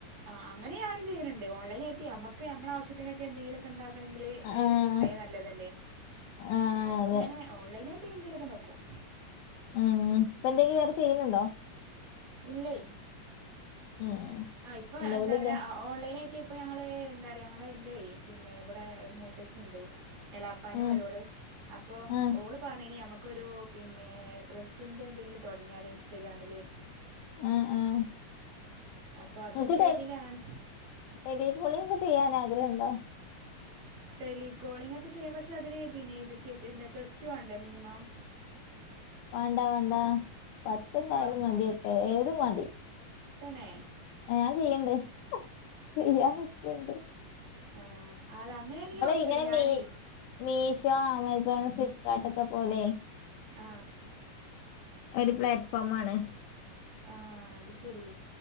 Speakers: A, on the right (about 55°); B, on the left (about 80°).
A: ആഹ് അങ്ങനെ ഞാനും ചെയ്യുന്നുണ്ട് ഓൺലൈനിയിട്ട് നമ്മക്ക് നമ്മള ആവശ്യത്തിനക്കെ എന്തെങ്കിലുക്കെ ഉണ്ടാക്കണെങ്കില് കൈെല്ല
B: ആഹ്
A: എന്തേലും ഉണ്ടായാൽ നല്ലതല്ലേ
B: ആഹ്
A: അപ്പൊ
B: അതെ
A: ഇങ്ങനെ ഓൺലൈനായിട്ടൊങ്ങെ എന്തേലുമൊക്കെ നോക്കും
B: ഉം ഇപ്പൊ എന്തെങ്കിലും വേറെ ചെയ്യലുണ്ടോ
A: ഇല്ലേ
B: ഉം
A: ആഹ് ഇപ്പൊ
B: നിലവിലിത്
A: എന്താ പറയാ ഓൺലൈൻ ആയിട്ട് ഇപ്പ ഞങ്ങള് എന്താ പറയാ ഞങ്ങള് എന്റെ പിന്നെ ഇവിടെ മൂത്തച്ചി ഉണ്ട് എളാപ്പന്റെ
B: ഉം
A: മരുമോള് ഒരോള് അപ്പോൾ
B: ആഹ്
A: ഓള് പറഞ്ഞ കഴിഞ്ഞാൽ നമുക്കൊരു പിന്നെ ഡ്രസ്സിൻ്റെ എന്തെങ്കിലും തുടങ്ങിയാലോ ഇൻസ്റ്റഗ്രാമിൽ
B: ആഹ് ആഹ്
A: അപ്പൊ അതിന്റെ
B: നിങ്ങക്ക്
A: ഇതിലാണ്
B: ടെലികാളിങ് ചെയ്യാൻ ആഗ്രഹം ഉണ്ടോ
A: ടെലികോളിംഗ് ഒക്കെ ചെയ്യാം പക്ഷെ അതിന് പിന്നെ എഡ്യൂക്കേഷൻ എന്ത പ്ലസ് റ്റു ആണ്ടേ മിനിമം
B: വേണ്ട വേണ്ട പത്ത്ണ്ടായാലും
A: ആ
B: മതിയട്ടെ ഏഴ് മതി
A: തന്നെ
B: ഞാൻ ചെയ്യണ്ട്, ചെയ്യാൻ നിക്കണ്ട്
A: ആഹ് അത് അങ്ങനെയാണെങ്കി ഓക്കെ
B: ഇങ്ങനെ
A: ആയാണ് ഞാനേ
B: മീ മീഷോ ആമസോൺ ഫ്ലിപ്കാർട്ട് ഒക്കെ പോലെ
A: ആഹ്
B: ഒരു പ്ലാറ്റ്ഫോം ആണ്.
A: ആഹ് അത് ശരി,